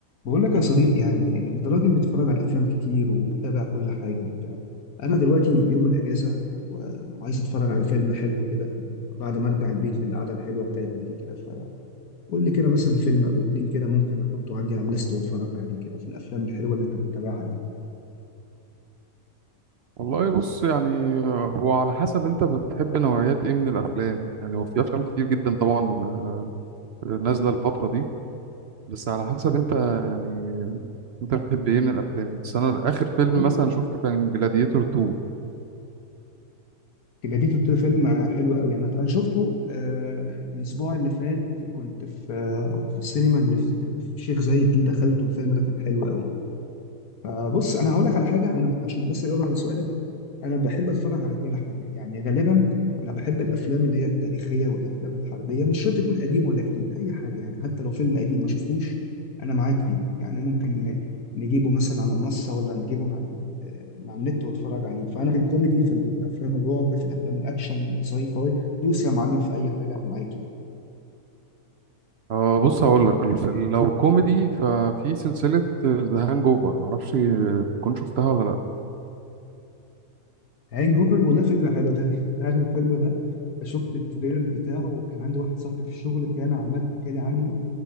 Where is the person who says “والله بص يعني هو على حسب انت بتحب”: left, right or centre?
Right